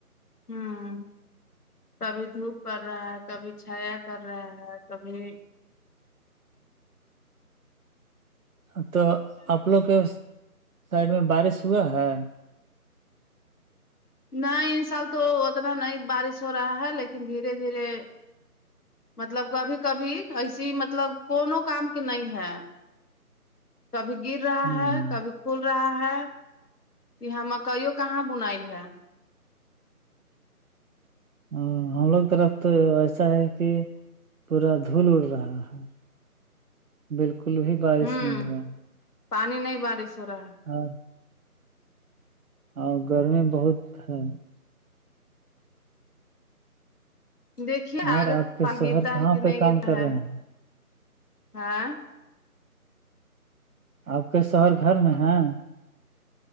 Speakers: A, on the left (about 75°); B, on the right (about 65°).
A: ہوں کبھی دھوپ پڑ رہا ہے کبھی چھایا کر رہا ہے کبھی
B: اب تو اپ لو کے سائڈ میں بارش ہوا ہے
A: نہیں ان سال تو اتنا نہیں بارش ہو رہا ہے لیکن دھیرے دھیرے مطلب کبھی کبھی ایسیے مطلب کون کام کے نہیں ہے کبھی گر رہا
B: ہوں
A: ہے کبھی کھول رہا ہے یہاں مکئیوں کہاں بنائل ہے
B: ہاں ہم لوگ طرف تو ایسا ہے کہ پورا دھول اڑ رہا ہے
A: ج
B: بالکل بھی بارش
A: ہوں
B: نہیں ہوا
A: پانی نہیں بارش ہو رہا ہے
B: اور اور گرمی بہت ہے
A: دیکھیے
B: اور
A: آگے
B: آپ کے شوہر
A: گرتا
B: کہاں
A: ہے کہ
B: پہ
A: نہیں
B: کام
A: گرتا
B: کر
A: ہے
B: رہے ہیں
A: ہاں
B: آپ کے شہر گھر میں ہے